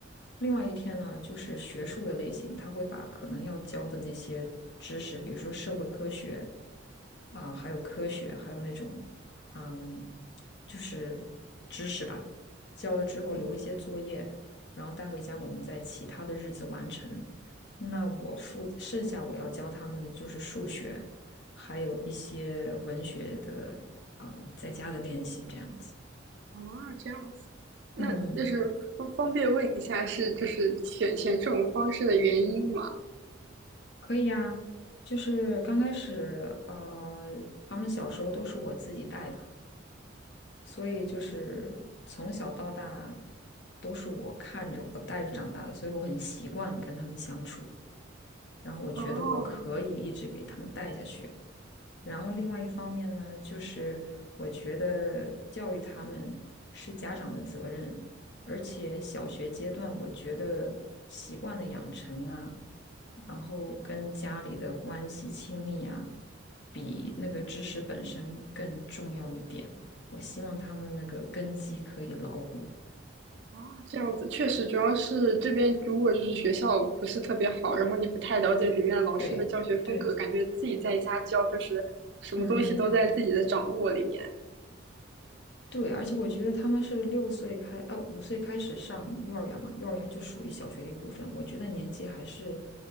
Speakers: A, on the left (about 60°); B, on the right (about 65°).
A: 另外一天呢，就是学术的类型，他会把可能要教的那些知识，比如说社会科学啊、还有科学，还有那种嗯，就是知识吧，教了之后留一些作业，
B: 嗯，
A: 然后带回家，我们在其他的日子完成。那我负剩下我要教他们的就是数学，还有一些文学的啊、在家的练习这样子。
B: 啊，这样子，那就是方方便问一下是就是选选这种方式的原因吗？
A: 嗯。嗯可以呀，就是刚开始，呃，他们小时候都是我自己带的，所以就是从小到大都是我看着我带着长大的，所以我很习惯跟他们相处，然后我觉得我可以一直给他们带下去。
B: 哦，
A: 然后另外一方面呢，就是我觉得教育他们是家长的责任，而且小学阶段，我觉得习惯的养成啊，然后跟家里的关系亲密啊，比那个知识本身更重要一点。我希望他们那个根基可以牢固。
B: 啊，这样子确实，主要是这边如果就是学校不是特别好，然后你不太了解里面老师的教学风格，
A: 对对，
B: 感觉自己在家教就是什么东西都在自己的掌握里面
A: 嗯嗯。对，而且我觉得他们是六岁开，呃，五岁开始上幼儿园嘛，幼儿园就属于小学的一部分。我觉得年纪还是